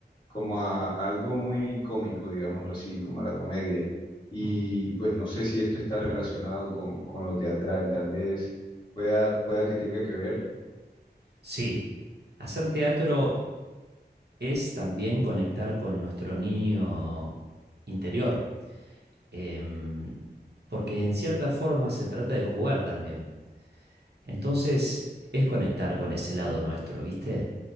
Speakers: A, on the left; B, on the right.
A: como a algo muy cómico, digámoslo así, como a la comedia. Y
B: Ujú.
A: pues no sé si esto está relacionado con, con lo teatral, tal vez pueda, pueda que tenga que ver.
B: Sí, hacer teatro es también conectar con nuestro niño interior. em, porque en cierta forma se trata de jugar también. Entonces es conectar con ese lado nuestro, ¿viste?